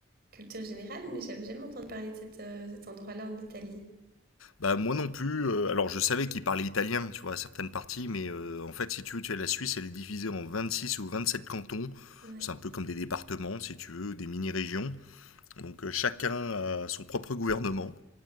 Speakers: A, on the right (about 45°); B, on the left (about 90°).
A: culture générale, mais j'avais jamais entendu parler de cette, euh, cet endroit-là en Italie.
B: Bah moi non plus. euh, alors je savais qu'ils parlaient italien, tu vois, à certaines parties, mais euh, en fait, si tu veux, tu as la Suisse, elle est divisée en 26 ou 27 cantons.
A: Oui,
B: C'est un peu comme des départements, si tu veux, ou des mini-régions. Donc euh, chacun a son propre gouvernement.